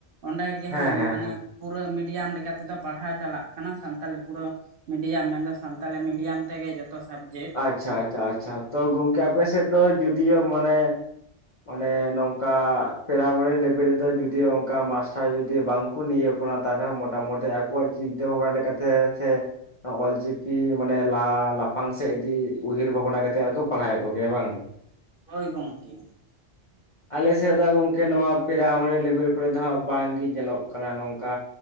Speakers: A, on the right; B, on the left.
A: ᱚᱸᱰᱮᱜᱮ
B: ᱦᱮᱸ
A: ᱦᱟᱸᱜ
B: ᱦᱮᱸ
A: ᱢᱟᱱᱮ
B: ᱦᱮᱸ
A: ᱯᱩᱨᱟᱹ ᱢᱤᱰᱤᱭᱟᱢ ᱞᱮᱠᱟᱛᱮᱫᱚ ᱯᱟᱲᱦᱟᱣ ᱪᱟᱞᱟᱜ ᱠᱟᱱᱟ ᱥᱟᱱᱛᱟᱞᱤ ᱯᱩᱨᱟᱹ ᱢᱤᱰᱤᱭᱟᱢ ᱢᱮᱱᱫᱚ ᱥᱟᱱᱛᱟᱞᱤ ᱢᱤᱰᱤᱭᱟᱢ ᱛᱮᱜᱮ ᱡᱚᱛ ᱛᱟᱥᱟᱫᱽ ᱡᱮ
B: ᱟᱪᱪᱷᱟ ᱟᱪᱪᱷᱟ ᱟᱪᱪᱷᱟ ᱛᱚ ᱜᱚᱝᱠᱮ ᱟᱯᱮ ᱥᱮᱫ ᱫᱚ ᱡᱩᱫᱤᱭᱳ ᱢᱟᱱᱮ ᱢᱟᱱᱮ ᱱᱚᱝᱠᱟ ᱯᱮᱨᱢᱟᱨᱤ ᱞᱮᱵᱮᱞ ᱨᱮᱫᱚ ᱡᱩᱫᱤᱭᱳ ᱚᱝᱠᱟ ᱢᱟᱥᱴᱟᱨ ᱡᱩᱫᱤ ᱵᱟᱝ ᱠᱚ ᱱᱤᱭᱳᱜᱚᱜ-ᱟ ᱛᱟᱞᱮ ᱢᱚᱴᱟᱢᱩᱴᱤ ᱟᱠᱚᱣᱟᱜ ᱪᱤᱱᱛᱟᱹ ᱵᱷᱟᱵᱽᱱᱟ ᱞᱮᱠᱟᱛᱮ ᱥᱮ ᱚᱞ ᱪᱤᱠᱤ ᱢᱟᱱᱮ ᱞᱟᱦᱟ ᱞᱟᱯᱷᱟᱝ ᱥᱮᱫ ᱡᱩᱫᱤ ᱩᱭᱦᱟᱹᱨ ᱵᱷᱟᱵᱽᱱᱟ ᱠᱟᱛᱮ ᱟᱨᱠᱚ ᱯᱟᱲᱦᱟᱣᱮᱫ ᱠᱚᱜᱮᱭᱟ ᱵᱟᱝ
A: ᱦᱳᱭ ᱜᱚᱝᱠᱮ
B: ᱟᱞᱮ ᱥᱮᱫ ᱫᱚ ᱦᱟᱸᱜ ᱜᱚᱝᱠᱮ ᱱᱚᱣᱟ ᱯᱨᱟᱭᱢᱟᱨᱤ ᱞᱮᱵᱮᱞ ᱠᱚᱨᱮ ᱫᱚ ᱦᱟᱸᱜ ᱵᱟᱝ ᱜᱮ ᱧᱮᱞᱚᱜ ᱠᱟᱱᱟ ᱱᱚᱝᱠᱟ